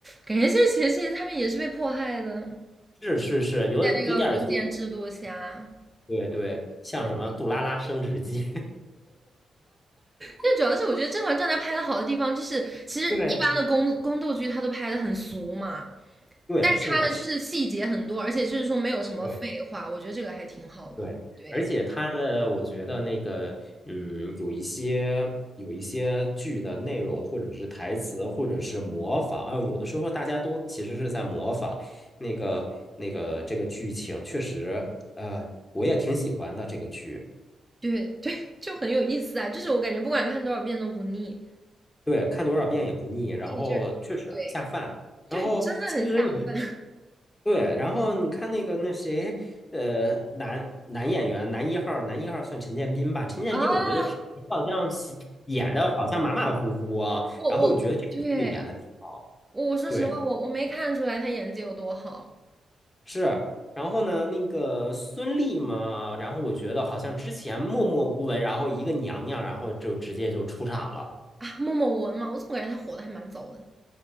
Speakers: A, on the right; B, on the left.
A: 感觉这其实他们也是被迫害的，
B: 是是是，有有点儿就
A: 在那个封建制度下。
B: 对对，像什么杜拉拉升职记，
A: 对，但主要是我觉得《甄嬛传》它拍的好的地方，就是其实一般的宫宫斗剧它都拍的很俗嘛，
B: <laughs> 对对，
A: 但是它呢就是细节很多，
B: 是的是，
A: 而且就是说没有什么废话，
B: 对。
A: 我觉得这个还挺好的。
B: 对，
A: 对。
B: 而且它的，我觉得那个，嗯，有一些有一些剧的内容，或者是台词，或者是模仿啊，有的时候大家都其实是在模仿那个那个这个剧情，确实，呃，我也挺喜欢的这个剧，
A: 对 <laughs> 对，就很有意思啊！就是我感觉不管看多少遍都不腻，
B: 对，看多少遍也不腻，
A: 对，
B: 然后确实下饭。
A: 就是对
B: 然后其实你说
A: 对，真的很下饭
B: 对，然后你看那个那谁，呃，男男演员，男一号，男一号算陈建斌吧？陈建斌，
A: 啊！
B: 我觉得平时好像喜演的好像马马虎虎啊，
A: 我我对
B: 然后我觉得这个剧演的挺好，
A: 我我说实话，
B: 对，
A: 我我没看出来他演技有多好
B: 是。然后呢，那个孙俪嘛，然后我觉得好像之前默默无闻，然后一个娘娘，然后就直接就出场了。
A: 啊！默莫文嘛，我怎么感觉他火的还蛮早的？什